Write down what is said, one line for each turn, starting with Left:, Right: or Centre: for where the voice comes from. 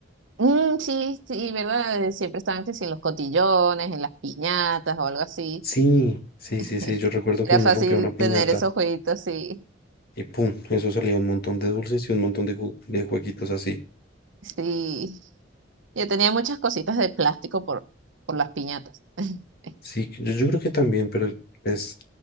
Right: Mm, sí, sí, ¿verdad? Eh, Siempre estaban que si en los cotillones, en las piñatas o algo así.
Left: Sí, sí,
Right: <laughs>
Left: sí, sí. Yo recuerdo
Right: Era
Left: que uno
Right: fácil
Left: rompía una piñata
Right: tener esos jueguitos así.
Left: y pum, eso salía un montón de dulces y un montón de, ju- de jueguitos así.
Right: Sí. Yo tenía muchas cositas de plástico por, por las piñatas. <laughs>
Left: Sí, yo, yo creo que también, pero es